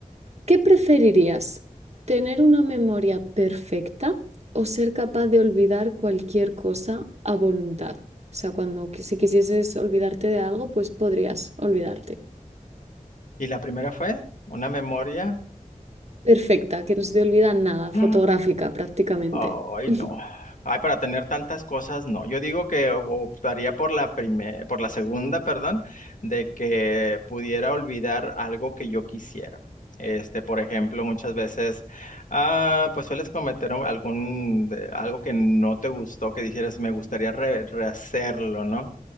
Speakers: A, on the right; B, on the left.
A: ¿qué preferirías? ¿Tener una memoria perfecta o ser capaz de olvidar cualquier cosa a voluntad? O sea, cuando qui- si quisieses olvidarte de algo, pues podrías olvidarte.
B: ¿Y la primera fue una memoria?
A: Perfecta, que no se te olvida nada,
B: <gasps>
A: fotográfica prácticamente.
B: Ay,
A: <laughs>
B: no. Ay, para tener tantas cosas, no. Yo digo que optaría por la primera, por la segunda, perdón, de que pudiera olvidar algo que yo quisiera. Este, por ejemplo, muchas veces, ah, pues sueles cometer un- algún, de- algo que no te gustó, que dijeras, me gustaría re- rehacerlo, ¿no?